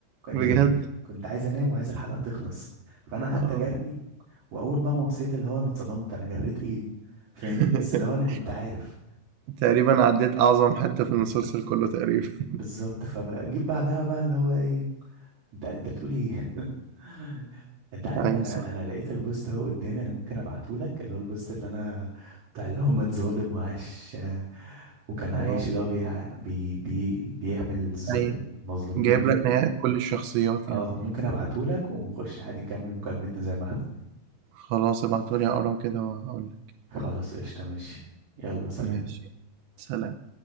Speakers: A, on the right (about 45°); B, on the right (about 80°).
A: جربتها
B: بجد
A: كنت عايز انام وعايز الحلقه تخلص فانا قعدت
B: اه
A: اجري واول بقى ما وصلت اللي هو انا اتصدمت انا جريت ايه فاهمني
B: <laughs>
A: بس اللي هو انا كنت عارف
B: تقريبا عديت اعظم حتة في المسلسل كله تقريبا <laughs>
A: بالظبط فبجيب بعدها بقى اللي هو ايه انت انت بتقول ايه <laughs> انت عارف
B: ايوه
A: انا
B: صح
A: انا لقيت البوست اهو قدامي انا ممكن ابعته لك اللي هو البوست اللي انا بتاع اللي هو ما اتظالم وعاش وكان
B: اه
A: عايش اللي هو بيع... بي... بي... بيحمل الظ-
B: ايوه
A: المظلومين
B: جايب
A: وكده
B: لك نهاية كل الشخصيات
A: اه
B: يعني
A: ممكن ابعته لك ونخش عادي نكمل مكالمتنا زي ما احنا
B: خلاص ابعتولي اقراه كده واقول لك
A: خلاص قشطة ماشي يلا سلام
B: ماشي سلام